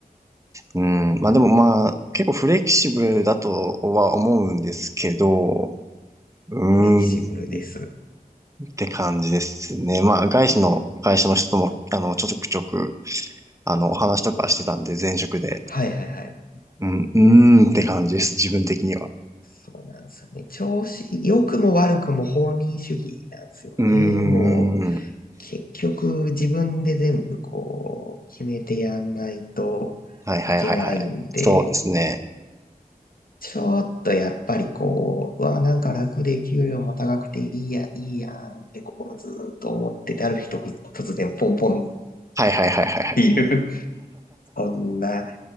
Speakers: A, on the right (about 20°); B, on the left (about 65°).
A: うん、まあでもまあ、結構フレキシブルだとは思うんですけど、うーん、
B: フレキシブルです。
A: って感じですね。まあ、外資の会社の人とも、あの、ちょくちょく、あの、お話とかしてたんで、前職で。
B: はいはいはい。
A: うん、うーんって感じです、自分的には。
B: そうなんですよね。調子、良くも悪くも放任主義なんですよね。
A: うーん。
B: もう、結局自分で全部こう、決めてやんないといけないんで、
A: はいはいはいはい。そうですね。
B: ちょっとやっぱりこう、うわ、なんか楽で給料も高くていいや、いいやんってこう、ずーっと思ってて、ある日突突然ポンポンっ
A: はいはいはいはいはい。
B: ていう、<laughs> そんな